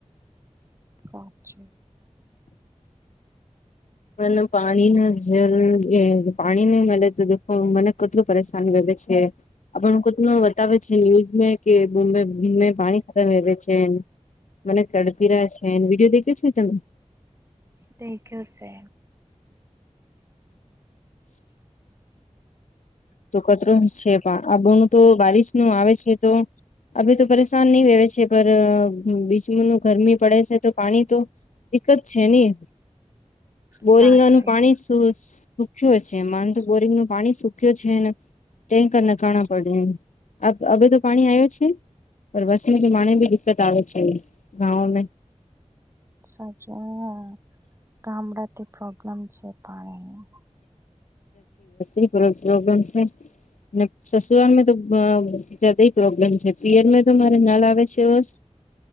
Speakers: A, on the right; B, on the left.
A: સાચું.
B: પણ પાણી ના જરૂર એ પાણી નહી મળે તો દેખો મને કેટલું પરેશાન કરે છે. આપણ કોત બતાવે છે ન્યુઝ કે <unintelligible> મેં દિન મે પાણી ખરાબ આવે છે. મને તડપીરા છેને વિડીયો દેખ્યો છે તમે?
A: દેખ્યો સે.
B: <inaudible> તો કચરો છે પણ આબણું તો બારીશ નું આવે છે તો અભી તો પરેશાન ની વહેવે છે પર બીચ મેંનું ગરમી પડે છે. તો પાણી તો દિકકત છે ની. બોરિંગનું
A: સાચું
B: પાણી સુ સુખ્યું છે મા તો બોરિંગ નું પાણી સુખ્યું તૂટ્યો છે ને ટેન્કર ને કાણા પડે હ, તો પાણી આવ છે? પર બસમાં તો મને બી દિક્કત આવે છે ગાવ મેં.
A: સાચું આ ગામડાથી પ્રોબ્લેમ છે પાણી નું.
B: <inaudible> પ્રોબ્લેમ છે. અને સસુરાલ મેં તો બ જાદા પ્રોબ્લેમ છે, પિયરમાં તો મારે નલ આવે છે બસ.